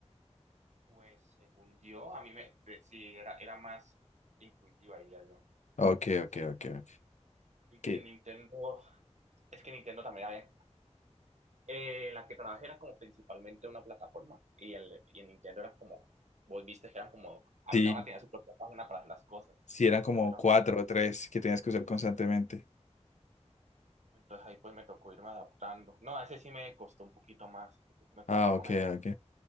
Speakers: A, on the right; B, on the left.
A: Pues según yo, a mí me, sí, era, era más intuitiva, diría yo.
B: Ok, ok,
A: Sí.
B: ok, ok. Que
A: En Nintendo, es que Nintendo también había, eh, la que trabajé era como principalmente una plataforma y el y en Nintendo era como, vos viste que eran como, cada
B: sí,
A: una tenía su propia página para hacer las cosas,
B: sí eran como
A: pero
B: cuatro o tres que tenías que usar constantemente.
A: entonces ahí pues me tocó irme adaptando. No, a ese sí me costó un poquito más, ese sí me
B: Ah,
A: costó
B: ok,
A: como una semana.
B: ok.